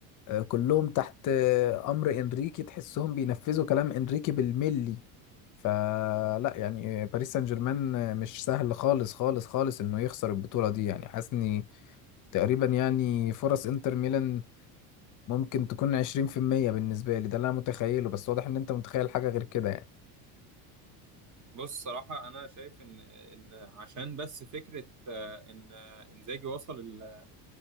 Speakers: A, on the left; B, on the right.
A: آه، كلهم تحت آه، امر انريكي تحسهم بينفذوا كلام انريكي بالملي فلا يعني آه، باريس سان جيرمان آه، مش سهل خالص خالص خالص انه يخسر البطولة دي يعني حاسس اني تقريبا يعني فرص انتر ميلان ممكن تكون 20% بالنسبة لي ده اللي انا متخيله بس واضح ان انت متخيل حاجة غير كده يعني
B: بص صراحة أنا شايف إن إن عشان بس فكرة آه، إن آه، إنزاجي وصل ال